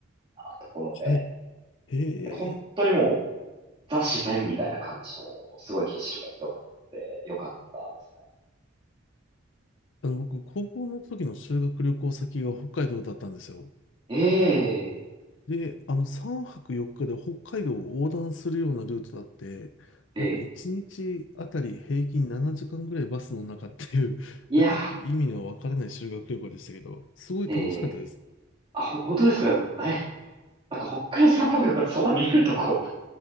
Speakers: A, on the right (about 25°); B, on the left (about 65°).
A: なところで、
B: はい。へえ。
A: 本当にもうザ自然みたいな感じのすごい景色が広がってよかったですね。
B: あの、僕、高校の時の修学旅行先が北海道だったんですよ。
A: え
B: で、あの、3泊4日で北海道を横断するようなルートだって、
A: えええ
B: なんか1日あたり平均7時間ぐらいバスの中っていう、<laughs>
A: いや
B: なんか意味のわからない修学旅行でしたけど、すごい楽しかったです。
A: ー、ええあ、ほ、本当ですかだいなんか北海道札幌とかそんな見るとこ、